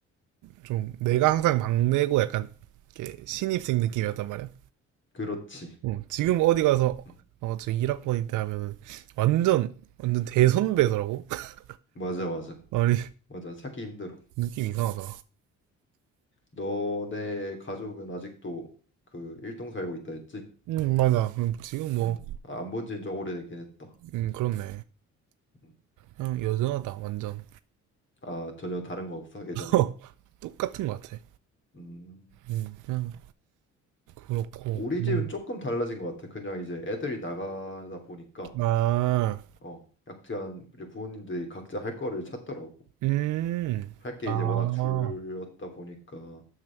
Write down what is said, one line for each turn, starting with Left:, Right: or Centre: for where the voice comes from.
Right: 좀 내가 항상 막내고 약간 이렇게 신입생 느낌이었단 말이야.
Left: 그렇지.
Right: 어, 지금 어디 가서
Left: 음,
Right: 어, 저 1학번인데 하면은 완전
Left: 음.
Right: 완전 대선배더라고. <laughs>
Left: 맞아, 맞아.
Right: 아니
Left: 맞아. 찾기 힘들어.
Right: 느낌 이상하다.
Left: 너네 가족은 아직도 그 일동 살고 있다 했지?
Right: 음 맞아. 음, 지금 뭐
Left: 음, 아, 안본 지는 좀 오래되긴 했다.
Right: 음, 그렇네.
Left: 음.
Right: 그냥 여전하다 완전
Left: 아, 전혀 다른 거 없어? 예전이랑?
Right: <laughs> 똑같은 것 같아.
Left: 음.
Right: 음, 그냥 그렇고.
Left: 우리
Right: 음.
Left: 집은 조금 달라진 것 같아. 그냥 이제 애들이 나가다 보니까
Right: 아
Left: 어 약간 우리 부모님들이 각자 할 거를 찾더라고.
Right: 음,
Left: 할 게
Right: 아,
Left: 이제 워낙 줄였다 보니까